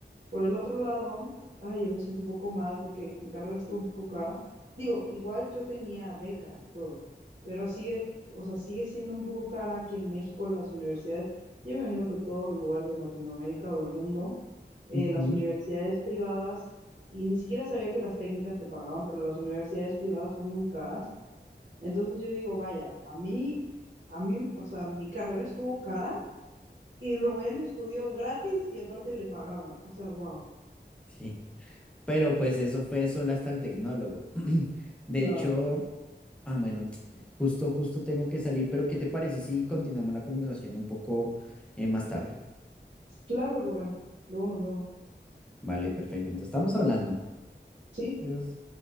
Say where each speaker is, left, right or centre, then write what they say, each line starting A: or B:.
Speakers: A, on the right; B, in the centre.
A: por el otro lado, ay, yo me siento un poco mal porque mi carrera estuvo un poco cara. Digo, igual yo tenía beca y todo, pero sigue, o sea, sigue siendo un poco cara aquí en México las universidades. Yo me imagino que todos los lugares de Latinoamérica o del mundo, eh,
B: Ujú,
A: las universidades privadas, y ni siquiera sabía que las técnicas te pagaban, pero las universidades privadas son muy caras. Entonces yo digo, vaya, a mí, a mí, o sea, mi carrera estuvo cara y Rubén estudió gratis y aparte le pagaban. O sea, wow.
B: Sí. Pero pues eso fue solo hasta el tecnólogo. <clears throat> De
A: Claro,
B: hecho, ah, bueno, <tsk> justo, justo tengo que salir, pero ¿qué te parece si continuamos la conversación un poco eh, más tarde?
A: claro, Rubén. Luego nos vemos.
B: Vale, perfecto. Entonces estamos hablando.
A: Sí.
B: Dios.